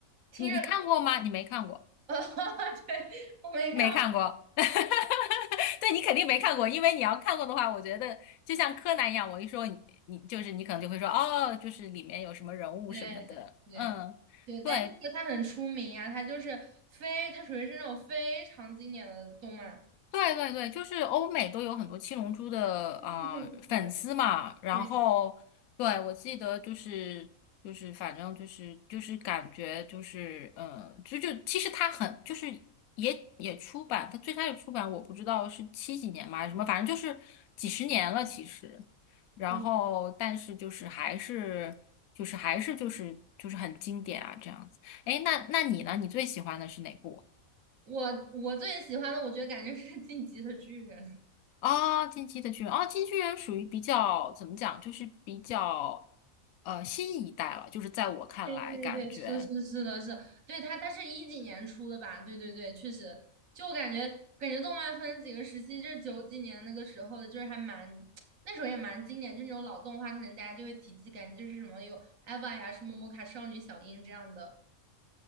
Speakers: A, on the right; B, on the left.
A: 听着，
B: 你你看过吗？你没看过。
A: <laughs> 对，我没看过，
B: 没看过，<laughs> 对你肯定没看过，因为你要看过的话，我觉得就像柯南一样，我一说你，你就是你可能就会说哦，就是里面有什么人物什么的，
A: 对对对，
B: 嗯，
A: 但这个它很出名呀，
B: 对，
A: 它就是非，它属于是那种非常经典的动漫。
B: 对对对，就是欧美都有很多七龙珠的啊、
A: 对
B: 呃粉丝嘛，然后对我记得就是就是反正就是就是感觉就是呃就就其实它很就是也也出版，
A: 对
B: 它最开始出版我不知道是七几年嘛还是什么，反正就是几十年了其实，然后但是就是还是就是还是就是就是很经典啊这样子。
A: 对，
B: 哎，那那你呢？你最喜欢的是哪部？
A: 我我最喜欢的，我觉得感觉是《进击的巨人》<laughs>。
B: 啊，进击的巨人啊，进击巨人属于比较怎么讲，就是比较呃新一代了，就是在我看来，
A: 对对对，
B: 感觉
A: 是是是的是，对他他是一几年出的吧？对对对，确实，就感觉感觉动漫分几个时期，就是九几年那个时候的，就是还蛮 <tsk> 那时候也蛮经典，就那种老动画，可能大家就会提起，感觉就是什么有 EVA 呀、什么魔卡少女小樱这样的。